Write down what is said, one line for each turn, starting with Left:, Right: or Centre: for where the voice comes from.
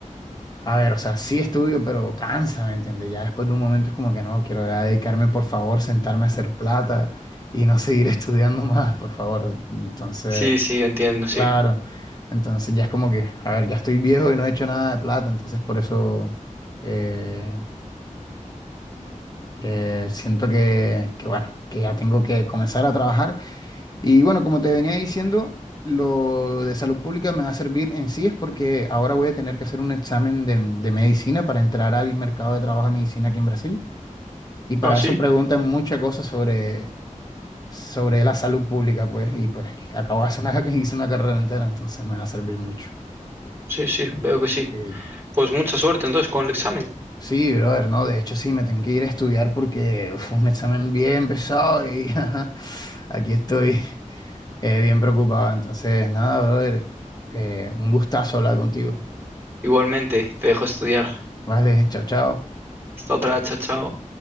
Left: a ver, o sea, sí estudio, pero cansa, ¿me entiendes? Ya después de un momento es como que no, quiero ya dedicarme, por favor, sentarme a hacer plata y no seguir <laughs> estudiando más, por favor. Entonces...
Right: Sí, sí, entiendo, sí.
Left: Claro. Entonces ya es como que, a ver, ya estoy viejo y no he hecho nada de plata, entonces por eso eh, eh, siento que, que, bueno, que ya tengo que comenzar a trabajar. Y bueno, como te venía diciendo, lo de salud pública me va a servir en sí, es porque ahora voy a tener que hacer un examen de, de medicina para entrar al mercado de trabajo de medicina aquí en Brasil. Y para
Right: Ah, sí,
Left: eso preguntan muchas cosas sobre, sobre la salud pública, pues, y pues acabo de hacer una, <laughs> hice una carrera entera, entonces me va a servir mucho.
Right: sí, sí, veo que sí.
Left: Sí.
Right: Pues mucha suerte entonces con el examen.
Left: Sí, brother, no, de hecho sí, me tengo que ir a estudiar porque uf, fue un examen bien pesado y <laughs> ajá, aquí estoy eh, bien preocupado. Entonces, nada, brother, eh, un gustazo hablar contigo.
Right: Igualmente, te dejo estudiar.
Left: Vale, chao, chao.
Right: Hasta otra, chao, chao.